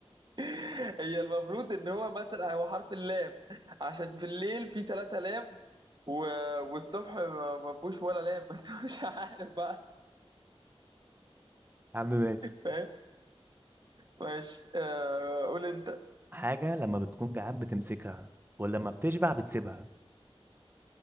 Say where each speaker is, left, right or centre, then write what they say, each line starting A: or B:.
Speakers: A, on the right; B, on the right.
A: <laughs> هي المفروض ان هو مثلا هو حرف اللام عشان في الليل في ثلاثة لام و... والصبح ما ما فيهوش ولا لام <laughs> بس مش عارف بقى
B: يا عم ماشي
A: فاهم ماشي آه قول انت
B: حاجة لما بتكون جعان بتمسكها ولما بتشبع بتسيبها